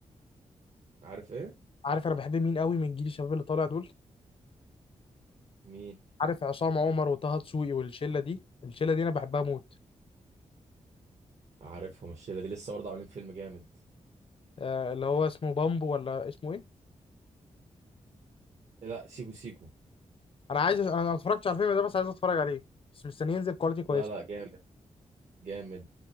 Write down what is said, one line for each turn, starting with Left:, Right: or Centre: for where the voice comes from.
Right: عارف ايه
Left: عارف انا بحب مين قوي من الجيل الشباب اللي طالع دول
Right: مين
Left: عارف عصام عمر وطه دسوقي والشله دي الشله دي انا بحبها موت
Right: عارفهم الشله دي لسه برضه عاملين فيلم جامد
Left: آه اللي هو اسمه بامبو ولا اسمه ايه
Right: لا سيكو سيكو
Left: انا عايز انا ما اتفرجتش على الفيلم ده بس عايز اتفرج عليه بس مستني ينزل كواليتي كويس
Right: لا لا جامد جامد